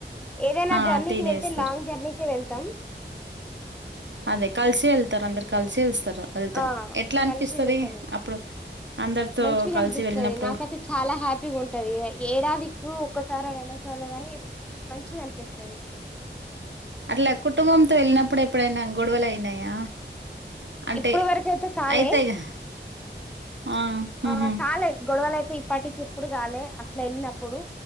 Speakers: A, in the centre; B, on the right (about 75°).
A: ఏదైనా
B: ఆ
A: జర్నీకి
B: తినేస్తారు
A: వెళ్తే లాంగ్ జర్నీకి వెళ్తాం
B: అదే కలిసే వెళ్తారూ అందరు కలిసే వస్తారు వెళ్తారు
A: ఆ
B: ఎట్లా అనిపిస్తుంది
A: కలిసి వెళ్తాం ఇగ
B: అప్పుడు అందరితో
A: మంచిగా
B: కలిసి
A: అనిపిస్తది
B: వెళ్ళినప్పుడు
A: నాకైతే చాలా హ్యాపీగా ఉంటది ఏడాదికు ఒక్కసారో రెండోసార్లో గాని మంచిగా అనిపిస్తుంది
B: అట్లా కుటుంబంతో వెళ్ళినప్పుడు ఎప్పుడైనా గొడవలు అయినాయా అంటే
A: ఇప్పుడు వరకు అయితే కాలే
B: అయితాయిగా ఆ
A: ఆ
B: ఉహు
A: కాలే గొడవలు అయితే ఇప్పటికి ఎప్పుడు కాలే అసలా వెళ్ళినప్పుడు